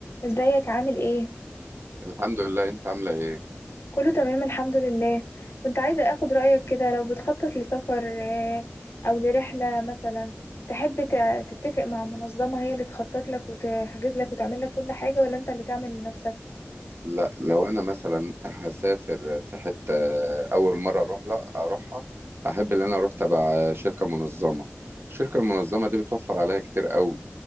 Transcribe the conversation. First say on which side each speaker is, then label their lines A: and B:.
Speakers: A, on the left (about 65°); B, on the right (about 60°).
A: ازيك عامل ايه؟
B: الحمد لله انت عامله ايه
A: كله تمام الحمد لله كنت عايزة اخد رأيك كده لو بتخطط لسفر آه، او لرحلة مثلا تحب تع- تتفق مع منظمة هي اللي تخطط لك وتحجز لك وتعمل لك كل حاجة ولا انت اللي تعمل لنفسك؟
B: لا لو انا مثلا هسافر في حته اول مره اروح لا اروحها احب ان انا اروح تبع شركه منظمه الشركه المنظمه دي بتوفر عليا كتير قوي